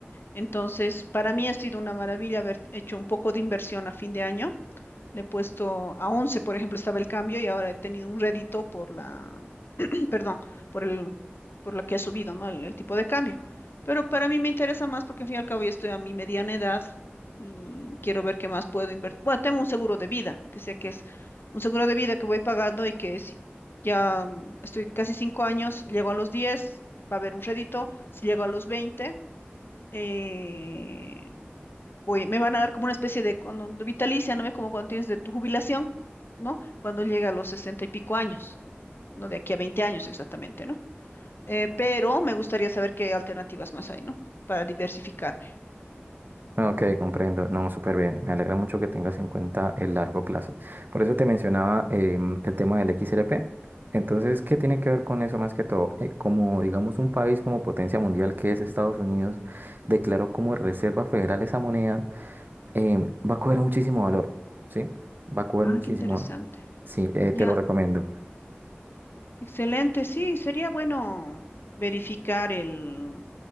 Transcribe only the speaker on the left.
Entonces, para mí ha sido una maravilla haber hecho un poco de inversión a fin de año Le he puesto a 11 por ejemplo, estaba el cambio y ahora he tenido un rédito por la, <clears throat> perdón, por el, por lo que ha subido, ¿no? El, el tipo de cambio. Pero para mí me interesa más porque al fin y al cabo ya estoy a mi mediana edad y quiero ver qué más puedo invertir. Bueno, tengo un seguro de vida, que sé que es un seguro de vida que voy pagando y que si ya mm, estoy casi cinco años, llego a los 10 va a haber un rédito. Si llego a los 20 eh, voy, me van a dar como una especie de, cono- de vitalicia, ¿no? ve? Como cuando tienes de tu jubilación, ¿no? Cuando llega a los sesenta y pico años, no de aquí a veinte años exactamente, ¿no? Eh, pero me gustaría saber qué alternativas más hay, ¿no? Para diversificarme.
Ah,
qué interesante.
Ya,
excelente. Sí, sería bueno verificar el,